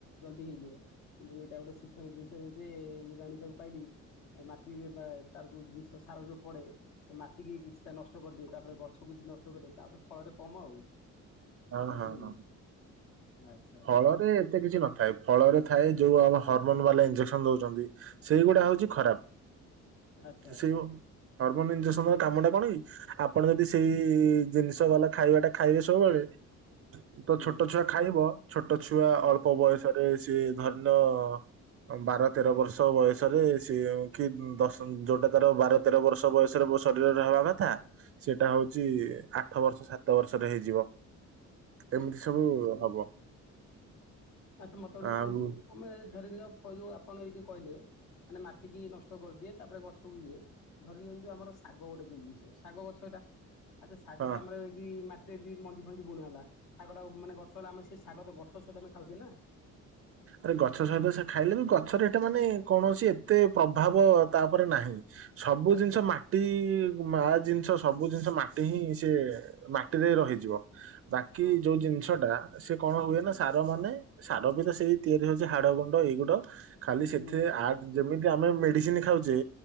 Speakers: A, on the left; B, on the right.
A: ଜଲ୍ଦି ହେଇଯିବ କିନ୍ତୁ ଏଇଟା ଗୋଟେ ଶିଖନୀୟ ଜିନିଷ ଯେ ମୁଁ ଜାଣିବାକୁ ପାଇଲି ମାଟି ତାର ଯୋଉ ଜିନିଷ ସାର ଯୋଉ ପଡେ ସେ ମାଟି କିି କିଛିଟା ନଷ୍ଟ କରିଦିଏ ତାପରେ ଗଛ ଛୁ କିଛି ନଷ୍ଟ କରି ତାପରେ ଫଳରେ କମ ଆଉ।
B: ହଁ
A: ଏମିତି
B: ହଁ
A: ଆଉ
B: ହଁ।
A: ଆଚ୍ଛା ଆଚ୍ଛା
B: ଫଳରେ ଏତେ କିଛି ନଥାଏ ଫଳରେ ଥାଏ ଯୋଉ ଆମ ହରମୋନ ବାଲା ଇଞ୍ଜେକ୍ସନ ଦଉଛନ୍ତି। ସେଇଗୁଡା ହଉଛି ଖରାପ।
A: ଆଛା ଆଛା।
B: ସେଇ ହରମୋନ ଇଜେସନ କାମ ଟା କଣ କି ଆପଣ ଯଦି ସେଇ ଜିନିଷ ଗଲା ଖାଇବାଟା ଖାଇବେ ସବୁବେଳେ ତ
A: ହୁଁ
B: ଛୋଟ ଛୁଆ ଖାଇବ ଛୋଟ ଛୁଆ
A: ହୁଁ
B: ଅଳ୍ପ ବୟସରେ ସିଏ ଧର ନିଅ ବାର ତେର ବର୍ଷ ବୟସରେ ସେ କି ଦଶ ଯୋଉଟା ତାର ବାର ତେର ବର୍ଷ ବୟସରେ ମୋ ଶରୀରରେ ହେବା କଥା ସେଇଟା ହଉଛି
A: ହୁଁ
B: ଆଠ ବର୍ଷ ସାତ ବର୍ଷରେ ହେଇଯିବ। ଏମିତି
A: <unintelligible>
B: ସବୁ ହବ
A: ଆଛା ମତେ ଗୋଟେ
B: ଆଉ
A: କୁହନ୍ତୁ ମାନେ ଧରିନିଅ ଯୋଉ ଆପଣ ଏଇ ଯୋଉ କହିଲେ ମାନେ ମାଟିକି ନଷ୍ଟ କରିଦିଏ ତାପରେ ଗଛକୁ ଇଏ ଧରି ନିିଅନ୍ତୁ ଆମର ଶାଗ ଗୋଟେ ଜିନିଷ ଶାଗ ଗ ଛଟା ଆଛା ଶାଗ
B: ହଁ
A: ଟା ଆମରି ଯଦି ମାଟିରେ ଏଇ ମଞ୍ଜି ଫଞ୍ଜି ବୁଣା ହେଲା ଶାଗଟା ମାନେ ଗଛ ହେଲା ଆମେ ସେ ଶାଗ ତ ଗଛ ସହିତ ଆମେ ଖାଉଛୁ ନା।
B: ଆରେ ଗଛ ସହିତ ସେ ଖାଇଲେ ବି ଗଛରେ ଏଟା ମାନେ କୌଣସି ଏତେ ପ୍ରଭାବ ତା ଉପରେ ନାହିଁ। ସବୁ
A: ଆଚ୍ଛା
B: ଜିନିଷ
A: ଆଚ୍ଛା
B: ମାଟି ମା ଜିନିଷ ସବୁ ଜିନିଷ ମାଟି ହିଁ ସେ ମାଟିରେ ରହିଯିବ। ବାକି
A: ହଁ
B: ଯୋଉ ଜିନିଷଟା ସେ କଣ ହୁଏ
A: ହଁ
B: ନା ସାର ମାନେ ସାର ବି ତ ସେଇ ତିଆରି ହଉଛି ହାଡ ଗୁଣ୍ଡ ଏଇଗୁଡ ଖାଲି ସେଥି
A: ହୁଁ ହୁଁ
B: ଆ ଯେମିତି ଆମେ ମେଡିସିନ ଖାଉଛେ।